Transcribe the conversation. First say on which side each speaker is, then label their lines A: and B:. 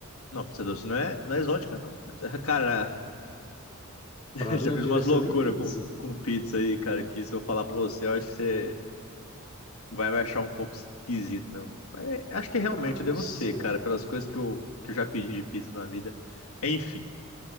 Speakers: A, on the left; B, on the left.
A: Não, pizza doce não é, não é exótica, não. cara. <laughs> Cara, <laughs>
B: Pra
A: já
B: mim não
A: fiz
B: devia
A: umas
B: ser
A: loucuras
B: nem pizza.
A: com, com pizza aí, cara, que se eu falar pra você, eu acho que você vai me achar um pouco esquisito não? Mas acho que realmente
B: Ah, não
A: eu devo
B: sei.
A: ser, cara, pelas coisas que eu, que eu já pedi de pizza na vida. Enfim,